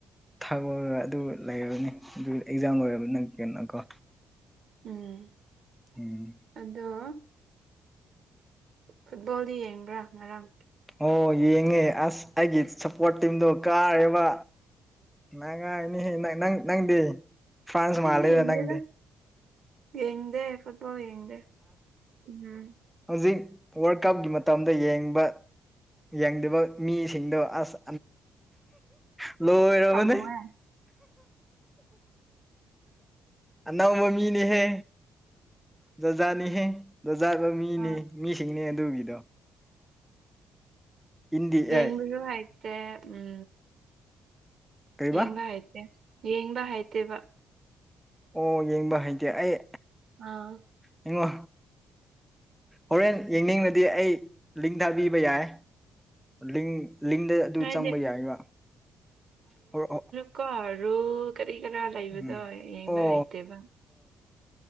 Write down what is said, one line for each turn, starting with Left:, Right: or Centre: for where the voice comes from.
Centre: ꯊꯥꯛꯗꯣꯛꯑꯒ ꯑꯗꯨ ꯂꯩꯅꯤ ꯑꯗꯨ ꯑꯦꯛꯖꯥꯝ ꯂꯣꯏꯔꯕ ꯅꯪ ꯀꯅꯀꯣ
Right: ꯎꯝ
Centre: ꯎꯝ
Right: ꯑꯗꯣ ꯐꯨꯠꯕꯣꯜꯗꯤ ꯌꯦꯡꯕ꯭ꯔꯥ ꯉꯔꯥꯡ
Centre: ꯑꯣ ꯌꯦꯡꯉꯦ ꯑꯁ ꯑꯩꯒꯤ ꯁꯞꯄꯣꯔꯠ ꯇꯤꯝꯗꯣ ꯀꯥꯔꯦꯕ ꯅꯪꯉꯪ ꯅꯪ ꯅꯪꯗꯤ ꯐ꯭ꯔꯥꯟꯁ
Right: ꯑꯩꯗꯤ
Centre: ꯃꯥꯂꯦꯗ
Right: ꯌꯦꯡꯗꯦꯗ
Centre: ꯅꯪꯗꯤ
Right: ꯌꯦꯡꯗꯦ ꯐꯨꯠꯕꯣꯜ ꯌꯦꯡꯗꯦ ꯎꯝ
Centre: ꯍꯧꯖꯤꯛ ꯋꯥꯔꯜ ꯀꯞꯀꯤ ꯃꯇꯝꯗ ꯌꯦꯡꯕ ꯌꯦꯡꯗꯕ ꯃꯤꯁꯤꯡꯗꯣ ꯑꯁ ꯂꯣꯏꯔꯕꯅꯦ
Right: ꯄꯝꯃꯨꯏ
Centre: ꯑꯅꯧꯕ ꯃꯤꯅꯤꯍꯦ ꯖꯣꯖꯥꯅꯤꯍꯦ ꯖꯣꯖꯥꯒ ꯃꯤꯅꯤ
Right: ꯑ
Centre: ꯃꯤꯁꯤꯡꯅꯦ ꯑꯗꯨꯒꯤꯗꯣ ꯏꯟꯗꯤ
Right: ꯌꯦꯡꯕꯁꯨ
Centre: ꯑꯦ
Right: ꯍꯥꯏꯇꯦ ꯎꯝ
Centre: ꯀꯩꯕꯥ
Right: ꯌꯦꯡꯕ ꯍꯥꯏꯇꯦ ꯌꯦꯡꯕ ꯍꯥꯏꯇꯦꯕ
Centre: ꯑꯣ ꯌꯦꯡꯕ ꯍꯩꯇꯦ ꯑꯩ
Right: ꯑꯥ
Centre: ꯌꯦꯡꯉꯣ ꯍꯣꯔꯦꯟ ꯌꯦꯡꯅꯤꯡꯅꯗꯤ ꯑꯩ ꯂꯤꯡ ꯊꯥꯕꯤꯕ ꯌꯥꯏ ꯂꯤꯡ ꯂꯤꯡꯗ ꯑꯗꯨ
Right: ꯍꯥꯏꯗꯤ
Centre: ꯆꯪꯕ ꯌꯥꯏꯕ꯭ꯔꯥ ꯍꯔꯛ
Right: ꯀꯣ ꯔꯨ ꯀꯔꯤ ꯀꯔꯥ ꯂꯩꯕꯗꯣ
Centre: ꯎꯝ
Right: ꯌꯦꯡꯕ
Centre: ꯑꯣ
Right: ꯍꯩꯇꯦꯕ